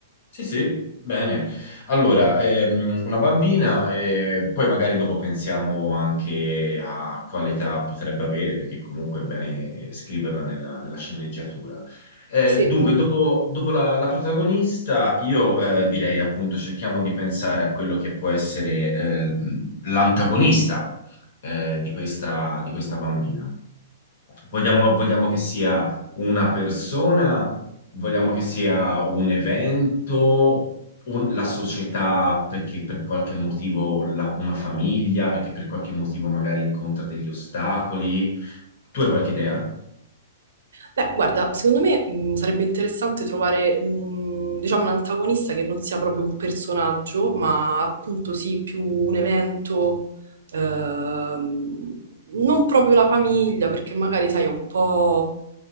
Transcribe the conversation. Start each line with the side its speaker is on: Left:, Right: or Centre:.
Left: Sì, sì, bene. Allora, ehm, una bambina e poi magari dopo pensiamo anche a quale età potrebbe avere, perché comunque è bene scriverla nella, nella sceneggiatura. Eh,
Right: Sì.
Left: dunque, dopo, dopo la, la protagonista, io eh, direi appunto cerchiamo di pensare a quello che può essere eh, l'antagonista eh, di questa, di questa bambina. Vogliamo, vogliamo che sia una persona, vogliamo che sia un evento, un- la società perché per qualche motivo la- una famiglia, perché per qualche motivo magari incontra degli ostacoli. Tu hai qualche idea?
Right: Beh, guarda, secondo me mh, sarebbe interessante trovare, mh, diciamo, un antagonista che non sia proprio un personaggio, ma appunto sì, più un evento, ehm, non proprio la famiglia, perché magari, sai, è un po'